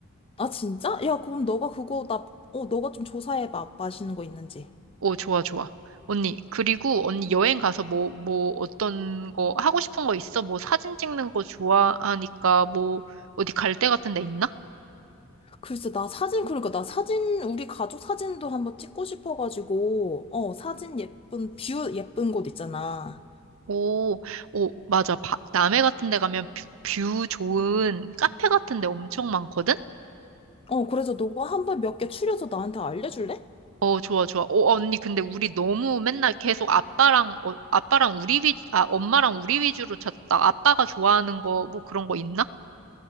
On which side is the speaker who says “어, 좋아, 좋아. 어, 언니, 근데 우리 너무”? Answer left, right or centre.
Right